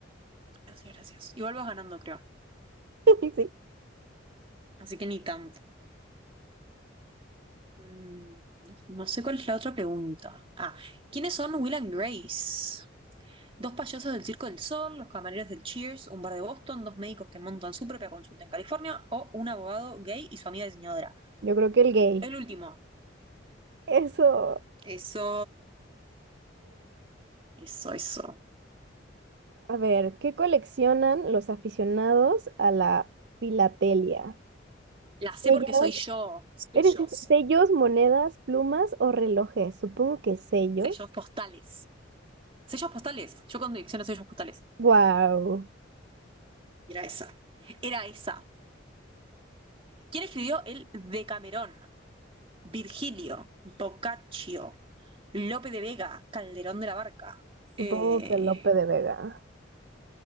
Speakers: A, on the right; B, on the right.
A: Gracias, gracias. Igual vas ganando, creo.
B: <laughs> Sí,
A: Así que ni tanto. Mm, no sé cuál es la otra pregunta. Ah, ¿quiénes son Will and Grace? Dos payasos del Circo del Sol, los camareros del Cheers, un bar de Boston, dos médicos que montan su propia consulta en California o un abogado gay y su amiga diseñadora.
B: yo creo que el gay.
A: El último.
B: Eso.
A: Eso. Eso, eso.
B: A ver, ¿qué coleccionan los aficionados a la filatelia?
A: La
B: Sellos,
A: sé porque soy yo. Sellos.
B: eres- sellos, monedas, plumas o relojes. Supongo que sellos.
A: Sellos postales. Sellos postales. Yo con dirección a sellos postales.
B: Wow.
A: Era esa. Era esa. ¿Quién escribió el Decamerón? Virgilio, Boccaccio, Lope de Vega, Calderón de la Barca.
B: Supongo
A: eh,
B: que Lope de Vega.